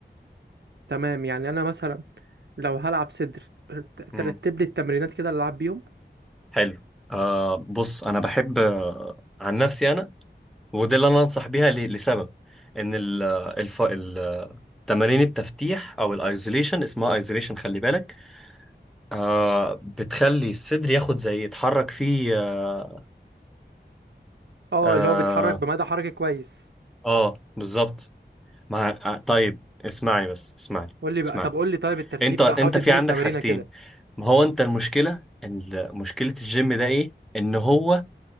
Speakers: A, on the right; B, in the centre.
A: تمام يعني انا مثلا لو هلعب صدر ت-
B: مم.
A: ترتب لي التمرينات كده اللي العب بيهم
B: حلو آه بص أنا بحب آه عن نفسي أنا ودي اللي أنا أنصح بيها ل- لسبب إن ال الف ال تمارين التفتيح أو الايزوليشن اسمها ايزوليشن خلي بالك آه بتخلي الصدر ياخد زي يتحرك فيه اه,
A: اه
B: آه,
A: اللي هو بيتحرك بمدى حركي كويس
B: آه بالظبط مع آه طيب اسمعني بس اسمعني
A: قول لي بقى
B: اسمعني
A: طب قول لي طيب الترتيب
B: انت انت
A: بقى حاول تديني
B: في عندك
A: التمرينه
B: حاجتين
A: كده
B: ما هو انت المشكله ال- مشكله الجيم ده ايه ان هو